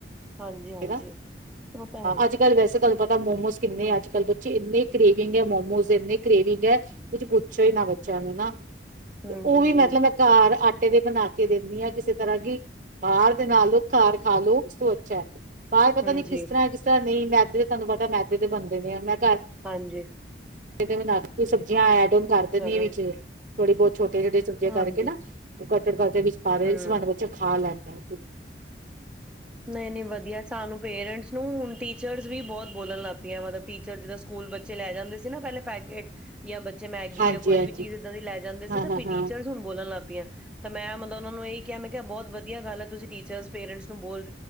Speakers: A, in the centre; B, on the right.
A: ਹਾਂਜੀ, ਹਾਂਜੀ
B: ਠ ਹਾਂ
A: ਉਹ ਤਾਂ ਹੈ।
B: ਅੱਜ ਕੱਲ ਵੈਸੇ ਤੁਹਾਨੂੰ ਪਤਾ ਮੋਮੋਸ ਕਿੰਨੇ ਅੱਜ ਕੱਲ੍ਹ ਬੱਚੇ ਇੰਨੇ ਕਰੇਵਿੰਗ ਹੈ ਮੋਮੋਸ ਇੰਨੇ ਕਰੇਵਿੰਗ ਹੈ ਕੁੱਝ ਪੁੱਛੋ ਹੀ ਨਾ ਬੱਚਿਆਂ ਨੂੰ ਹਨ
A: ਹਾਂਜੀ
B: ਤੇ ਉਹ ਵੀ
A: ਜੀ,
B: ਮਤਲਬ ਮੈਂ ਘਰ ਆ ੱਟੇ ਦੇ ਬਣਾ ਕੇ ਦੇਿੰਣੀ ਆ ਕਿਸੇ ਤਰ੍ਹਾਂ ਕੀ ਬਾਹਰ ਦੇ ਨਾਲ ਲਓ ਘਰ ਖਾ ਲੋ ਉਸ ਤੋਂ ਅੱਛਾ ਹੈ ਬਾਰੇ ਪਤਾ
A: ਹਾਂਜੀ,
B: ਨੀ ਕਿਸ ਤਰ੍ਹਾਂ ਕਿਸ ਤਰ੍ਹਾਂ ਨਹੀਂ ਮੈਦੇ ਤੇ ਤੁਹਾਨੂੰ ਪਤਾ ਮੈਦੇ ਦੇ ਬਣਦੇ ਨੇ ਆ ਮੈਂ
A: ਹਾਂਜੀ
B: ਤੇ ਮੂੰ ਕੋਈ ਸਬਜ਼ੀਆਂ ਆਇਆ ਉਹ ਕਰਦੇ
A: ਚਲੋ
B: ਨੇ ਵਿਚ ਥੋੜੀ ਬਹੁਤ ਛੋਟੇ ਛੋਟੇ ਸਬੀਆਂ
A: ਹਾਂਜੀ
B: ਕਰਕੇ ਨਾ ਉਹ ਕੱੜ ਦੇ ਵਿੱਚ ਪਾ ਰਹੇ
A: ਹੂੰ।
B: ਸੰਬੰਧ ਬੱਚਾ ਖਾ ਲੈਣ ਅ
A: ਨਹੀਂ ਨਹੀਂ ਵਧੀਆ ਸਾਨੂੰ ਪੇਰੈਂਟਸ ਨੂੰ ਹੁਣ ਟੀਚਰਸ ਵੀ ਬਹੁਤ ਬੋਲਣ ਲੱਗ ਪ ਮਤਲਬ ਟੀਚਰ ਜਿੱਦਾਂ ਸਕੂਲ ਬੱਚੇ ਲੈ ਜਾਂਦੇ ਸੀ ਨਾ ਪਹਿਲਾ ਪੈਕੇਟ ਯਾ ਬੱਚੇ ਮੈਗੀ
B: ਹਾਂਜੀ
A: ਜਾਂ ਕੋਈ
B: ਹਾਂਜੀ
A: ਵੀ ਚੀਜ਼ ਇੱਦਾਂ ਦੀ ਲੈ ਜਾਂਦੇ ਸੀ
B: ਹਾਂ
A: ਤਾਂ
B: ਹਾਂ
A: ਟੀਚਰਸ
B: ਹਾਂ ਹਾਂਜੀ
A: ਹੁਣ ਬੋਲਣ ਲੱਗ ਪਈਆਂ ਤਾਂ ਮੈਂ ਮਤਲਬ ਉਹਨਾਂ ਨੂੰ ਇਹੀ ਕਿਹਾ ਮੈਂ ਕਿਹਾ ਬਹੁਤ ਵਧੀਆ ਗੱਲ ਹੈ ਤੁਸੀਂ ਟੀਚਰਸ ਪੇਰੈਂਟਸ ਨੂੰ ਬੋਲ